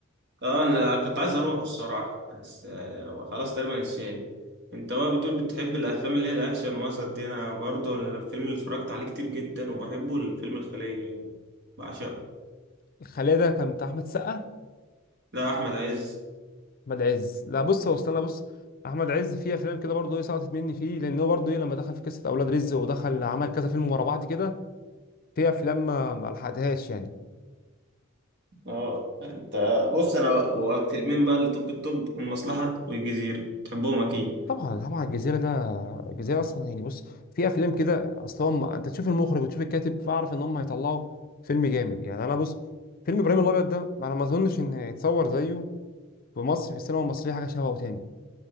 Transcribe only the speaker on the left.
الخليه ده كان بتاع احمد السقا
احمد عز لا بص هو استنى بص احمد عز فيه افلام كده برضه ايه سقطت مني فيه لان هو برضه ايه لما دخل في قصه اولاد رزق ودخل عمل كذا فيلم ورا بعض كده في افلام ما ما لحقتهاش يعني
طبعا طبعا الجزيره ده الجزيره اصلا يعني بص في افلام كده اصلا هم انت تشوف المخرج وتشوف الكاتب فاعرف ان هم هيطلعوا فيلم جامد يعني انا بص فيلم ابراهيم الابيض ده انا ما اظنش ان يتصور زيه في مصر في السينما المصريه حاجه شبهه تاني